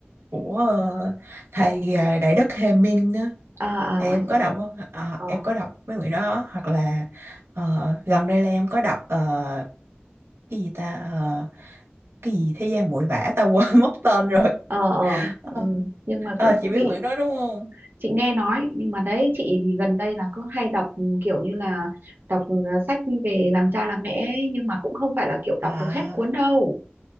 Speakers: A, on the right (about 85°); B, on the right (about 55°).
A: của ờ, thầy ờ, Đại Đức Hề Minh á
B: à à
A: thì em
B: à
A: có
B: à
A: đọc không? Ờ,
B: ờ
A: em có đọc mấy quyển đó hoặc là ờ, gần đây là em có đọc ờ, cái gì ta Ờ, cái gì thế gian bụi vã ta quên <laughs> mất tên rồi
B: ờ ờ
A: Ờ,
B: ừ. nhưng mà
A: ờ,
B: cũng thú
A: chị biết
B: vị
A: quyển đó đúng không?
B: chị nghe nói nhưng mà đấy chị thì gần đây là cứ hay đọc ừ, kiểu như là đọc ờ, sách về làm cha làm mẹ ấy, nhưng mà cũng không phải là kiểu
A: À,
B: đọc được hết cuốn đâu